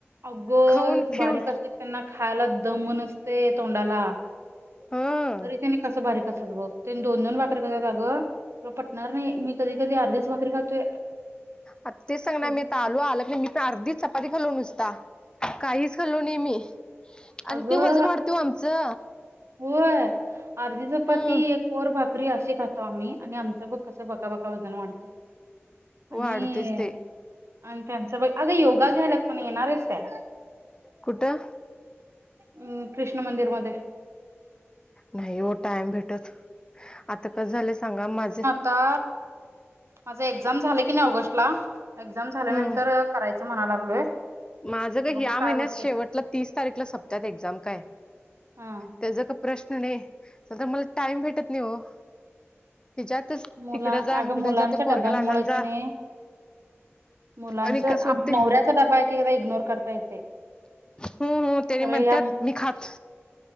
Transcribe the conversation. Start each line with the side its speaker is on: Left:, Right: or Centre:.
Right: अगं
Left: खाऊन
Right: बारीक
Left: पिऊन
Right: असत्यात त्यांना खायला दम नसतंय तोंडाला.
Left: हा
Right: अरे त्यानी कसं बारीक असतात बघ, त्यांनी दोन दोन भाकरीे खात्यात अगं तुला पटणार नाही, मी कधी कधी अर्धीच भाकरी खातोय.
Left: आता तेच सांग ना
Right: क-
Left: मी आता आलो, आलं का नाही मी तर अर्धी चपाती खाल्लो नुसता. काहीच खाल्लो नाही मी आन
Right: अगं
Left: ती वजन वाढतंय ओ आमचं.
Right: होय अर्धी चपाती
Left: हं
Right: एक कोर भाकरी असे खातो आम्ही आणि आमचं बघ कसं बका बका वजन वाढतंय. आणि
Left: वाढतेच ते
Right: आणि त्यांचं बघ, अग योगा घ्यायल्यात म्हणे येणार हायस काय?
Left: कुठं?
Right: अं कृष्ण मंदिरमध्ये.
Left: नाही ओ टाइम भेटत, आता कसं झालंय सांगा माझं
Right: ता माझं एक्झाम झाले की नाही ऑगस्टला, एक्झाम झाल्यानंतर
Left: हम्म
Right: करायचं म्हणाय लागलोय.
Left: माझं काय
Right: बघू
Left: या महिन्यात
Right: होते
Left: शेवटला तीस तारीखला सपत्यात एक्झाम काय.
Right: हा
Left: त्याचा का प्रश्न नाही, सध्या मला टाईम भेटत नाही हो. तेच्यातच
Right: मुला
Left: तिकडं जा,
Right: अगं
Left: हिकडं
Right: मुलांच्या
Left: जा त्या पोरग्याला
Right: डब्यांमुळे
Left: आणायला जा.
Right: कि नाही मुलांच
Left: आणि कसं
Right: नवऱ्याचा
Left: हुतंय
Right: डबा एकेकदा इग्नोर करता येतंय,
Left: हो हो त्याने
Right: खर
Left: म्हणतात
Right: या
Left: मी खात,